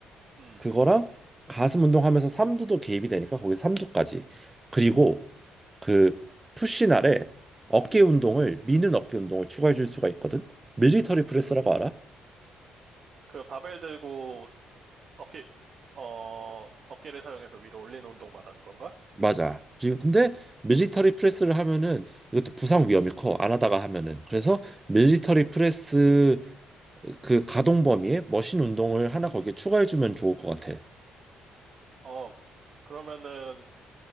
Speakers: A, on the right (about 50°); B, on the right (about 15°).
A: 음,
B: 그거랑 가슴 운동하면서 삼두도 개입이 되니까 거기 삼두까지. 그리고 그 푸시 날에 어깨 운동을 미는 어깨 운동을 추가해 줄 수가 있거든. 밀리터리 프레스라고
A: 음.
B: 알아?
A: 그 바벨 들고 어깨, 어, 어깨를 사용해서 위로 올리는 운동 말하는 건가?
B: 맞아. 지금 근데 밀리터리 프레스를 하면은 이것도 부상 위험이 커. 안 하다가 하면은. 그래서 밀리터리 프레스 그 가동 범위에 머신 운동을 하나 거기에 추가해 주면 좋을 것 같아.
A: 어, 그러면은